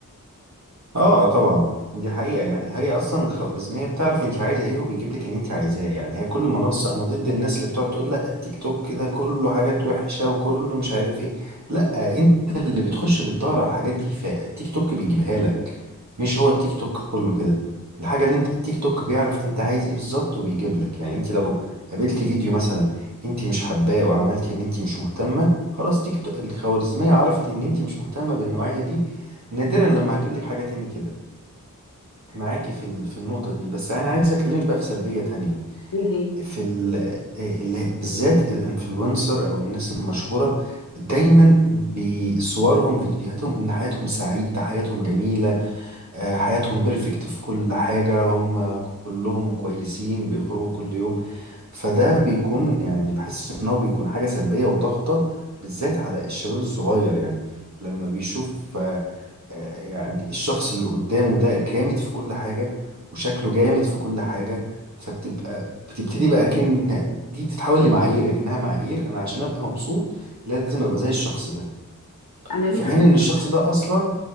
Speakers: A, on the right; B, on the left.
A: اه طبعا دي حقيقة يعني هي اصلا الخوارزمية بتعرف انت عايزة ايه وبيجيب لك اللي انت عايزاه يعني هي كل منصة انا ضد الناس اللي بتقعد تقول لا التيك توك كده كله حاجات وحشة وكله مش عارف ايه لا انت اللي بتخش بتدور على الحاجات دي فالتيك توك بيجيبها لك مش هو التيك توك كله كده الحاجة اللي انت التيك توك بيعرف انت عايز ايه بالظبط وبيجيب لك يعني انت لو قابلتي فيديو مثلا انت مش حباه وعملتي ان انت مش مهتمة خلاص تيك توك الخوارزمية عرفت ان انت مش مهتمة بالنوعية دي نادرا لما هجيب لك حاجة تاني كده معاكي في ال- في النقطة دي بس أنا عايز أكلمك بقى في سلبية تانية
B: ايه هي
A: في ال آه، ال بالذات الانفلونسر أو الناس المشهورة دايما بصورهم فيديوهاتهم إن حياتهم سعيدة حياتهم جميلة آه، حياتهم بيرفكت في كل حاجة هم كلهم كويسين بيخرجوا كل يوم فده بيكون يعني بحس إن هو بيكون حاجة سلبية وضغطة بالذات على الشباب الصغير يعني لما بيشوف آه، يعني الشخص اللي قدامه ده جامد في كل حاجة وشكله جامد في كل حاجة فبتبقى بتبتدي بقى كأن دي بتتحول لمعايير كأنها معايير أنا عشان أبقى مبسوط لازم أبقى زي الشخص ده
B: انا
A: في
B: لسه
A: حين
B: كنت
A: إن الشخص ده أصلا